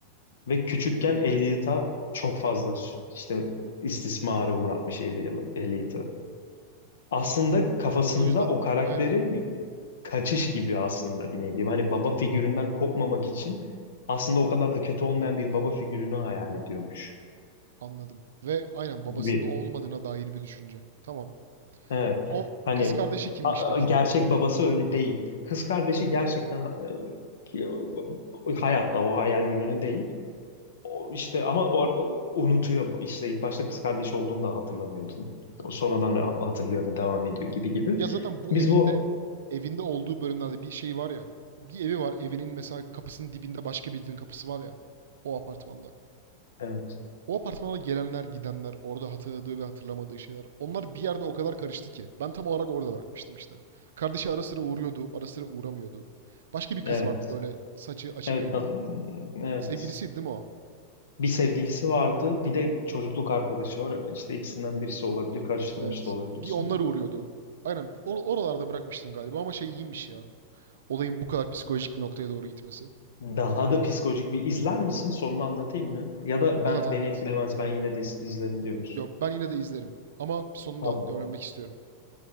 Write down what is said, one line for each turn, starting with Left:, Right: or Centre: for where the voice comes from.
Left: ve küçükken Elliot'a çok fazla sü- işte istismara uğratmış Elliot- Elliot'ı.
Right: Hmm.
Left: Aslında kafasında
Right: O yüzden
Left: o karakteri
Right: aynen
Left: kaçış gibi aslında bir nevi. Hani baba figüründen kopmamak için aslında o kadar da kötü olmayan bir baba figürünü hayal ediyormuş
Right: anladım. Ve aynen babasının
Left: gibi.
Right: o olmadığına dair bir düşünce. Tamam.
Left: Evet.
Right: O
Left: Hani
Right: kız kardeşi kimmiş
Left: a-
Right: peki?
Left: a- gerçek babası öyle değil. Kız kardeşi gerçekten e, ki- hayatta o hayal ürünü değil. O işte ama o, unutuyor işte ilk başta kız kardeşi olduğunu da hatırlamıyordu. O sonradan
Right: Doğru.
Left: ha- hatırlıyor ve devam ediyor gibi gibi.
Right: Ya zaten bu
Left: Biz
Right: evinde
Left: bu
Right: evinde olduğu bölümlerde bir şey var ya. Bir evi var. Evinin mesela kapısının dibinde başka birinin kapısı var ya. O apartmanda.
Left: evet
Right: O apartmana gelenler, gidenler, orada hatırladığı ve hatırlamadığı şeyler. Onlar bir yerde o kadar karıştı ki. Ben tam olarak orada bırakmıştım işte. Kardeşi ara sıra uğruyordu, ara sıra uğramıyordu. Başka bir kız
Left: evet
Right: vardı böyle saçı açık
Left: evet
Right: renkli.
Left: tam- evet
Right: Sevgilisiydi değil mi o?
Left: Bir sevgilisi vardı, bir de çocukluk arkadaşı var. İşte ikisinden birisi olabilir, karıştırmış
Right: Evet.
Left: da olabilirsin.
Right: Bir onlar uğruyordu. Aynen or- oralarda bırakmıştım galiba ama şey iyiymiş ya. Olayın bu kadar psikolojik bir noktaya doğru gitmesi.
Left: Daha da psikolojik bir izler misin? Sonunu anlatayım mı? Ya da ben
Right: Anlat anlat.
Left: beni etkilemez, ben yine de izlerim diyor musun?
Right: Yok ben yine de izlerim. Ama sonunda
Left: Tamam.
Right: öğrenmek istiyorum.